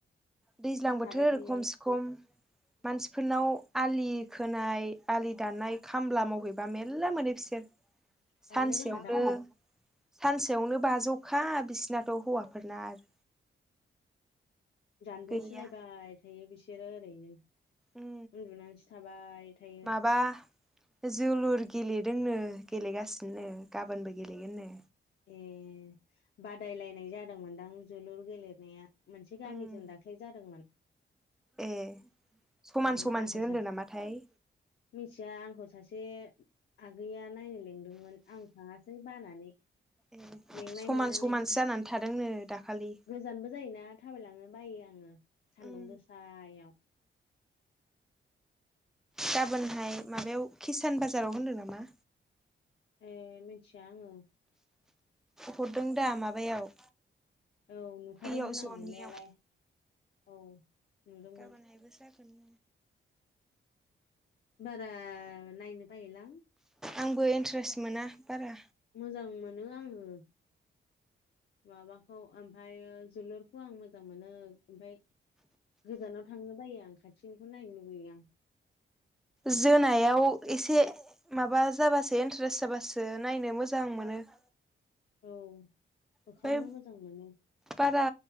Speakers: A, in the centre; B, on the left.
A: दैज्लां बोथोर
B: थाबाय थायो
A: खमसे खम मानसिफोरनाव आलि खोनाय आलि दाननाय खामला मावहैबा मेरला मोनो बि सोर
B: दाननो
A: सानसेयावनो
B: रोङादां
A: सानसेयावनो बाजौखा बिसिनाथ' हौवाफोरना आरो
B: जानबुंसो
A: गैया
B: नायबाय थायो बिसोरो ओरैनो। उन्दुनानैसो
A: उम
B: थाबाय थायो
A: माबा जोलुर गेलेदोंनो गेलेगासिनोनो गाबोनबो गेलेगोननो।
B: ए बादायलायनाय जादोंमोन दां जोलुर गेलेनाया मोनसे गामिजों
A: उम
B: दाख्लै जादोंमोन।
A: ए समान
B: उम
A: समानसो
B: आंखौ
A: होनदो
B: सासे
A: नामाथाय
B: मिथिया आंखौ सासे बे आगैया नायनो लिंदोंमोन आं थाङासै बानानै।
A: ए
B: मेंनाय
A: समान
B: मोननानै
A: समानसो
B: था
A: जानानै थादोंनो दाखालि
B: गोजानबो जायोना थाबायलांनो बायो आङो सान्दुं
A: उम
B: गोसायाव।
A: गाबोनहाय माबायाव खिसान बाजाराव होनदों नामा?
B: ए मिथिया आङो।
A: हरदों दा माबायाव
B: औ नुखादोंमोन
A: इयाव जनियाव
B: आं नुनायालाय औ। नुदोंमोन
A: गाबोनहायबो जागोननो।
B: बारा नायनो बायोलां।
A: आंबो इन्ट्रेस्ट मोना बारा।
B: मोजां मोनो आङो। माबाखौ ओमफायो जोलुरखौ आं मोजां मोनो। ओमफाय गोजानाव थांनो बायो आं खाथिनिखौ नायनो लुगैयो आं।
A: जोनायाव एसे माबा जाबासो इन्ट्रेस्ट जाबासो नायनो मोजां मोनो। औ।
B: औ। होख्रावनो
A: ओमफ्राय
B: मोजां मोनो
A: बारा